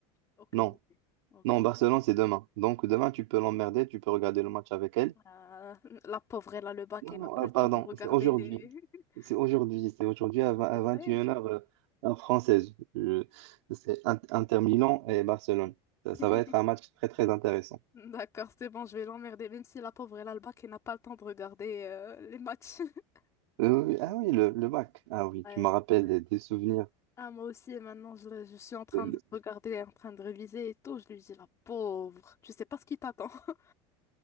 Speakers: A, on the left; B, on the right.
A: Aucune
B: Non.
A: idée. Aucune.
B: Non, Barcelone, c'est demain. Donc demain, tu peux l'emmerder, tu peux regarder le match avec elle.
A: Euh, la pauvre, elle a le bac,
B: Non,
A: elle
B: non,
A: n'a plus
B: euh,
A: le
B: pardon,
A: temps pour regarder
B: c'est aujourd'hui.
A: les. <laughs>
B: C'est aujourd'hui, c'est aujourd'hui à 20 à
A: C'est vrai.
B: 21 heures euh, heure française. Je- C'est In- Inter Milan et Barcelone. Ça,
A: <laughs>
B: ça va être un match très très intéressant.
A: D'accord, c'est bon, je vais l'emmerder, même si la pauvre elle a le bac et n'a pas le temps de regarder euh, les matchs. <laughs>
B: Euh, oui, oui. ah oui, le, le bac. Ah oui,
A: Ouais.
B: tu me rappelles des, des souvenirs.
A: Ah, moi aussi, maintenant, je, le- je suis en train
B: C'est
A: de le regarder, en train de réviser et tout. Je lui dis, la pauvre, tu sais pas ce qui t'attend. <laughs>